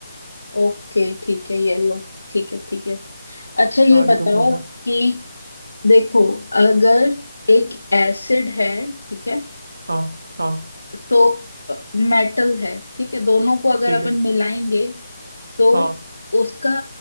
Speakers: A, on the left (about 80°); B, on the right (about 60°).
A: ओके ठीक है ये लो ठीक है ठीक है अच्छा ये
B: हाँ अभी
A: बताओ
B: तुम पूछा
A: कि देखो अगर एक एसिड है ठीक है
B: हाँ हाँ
A: तो मेटल है ठीक है दोनों को अगर
B: ठीक
A: अपन
B: है
A: मिलाएंगे तो
B: हाँ
A: उसका